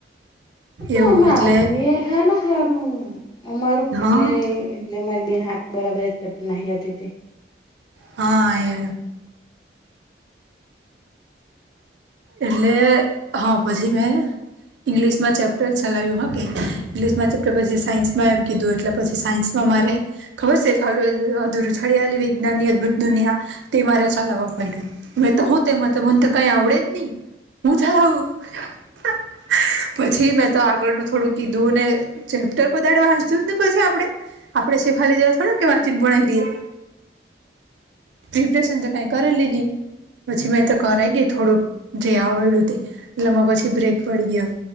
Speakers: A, on the left; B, on the right.
A: એ તારા
B: એવું
A: માં
B: એટલે
A: વે હના હારું અમારું
B: હા
A: એટલે એટલે મારી બેન હાથ બરાબર જ કરતી નહી હતી તે
B: હા એ
A: <inaudible>
B: એટલે હા પછી મેં ઈંગ્લિશમાં ચેપ્ટર ચલાય્યું હ કે ઈંગ્લિશમાં ચેપ્ટર પછી સાયન્સમાં એમ કીધું એટલે પછી સાયન્સ મારે ખબર છે, ફ અધૂરુંછડયેલી વિજ્ઞાનની અદભુત દુનિયા તે મારા ચલાવવા પડ્યું હ તો હું તેમાં ત મને તો કઈ આવડે જ ની હું ચલાવું પછી મેં તો આગળનું થોડું કીધું ને ચેપ્ટર કોઇ દાડે વાંચુય જ ની પછી આપડે આપડે સેફાલી જેવા થોડા કે વાંચી બનાવી દઈએ પ્રિપરેશન તો કઈ કરેલ ની પછી મેં તો કરાઈ ગય થોડુંક જે આવડલું તે એટલેમાં પછી બ્રેક પડી ગયો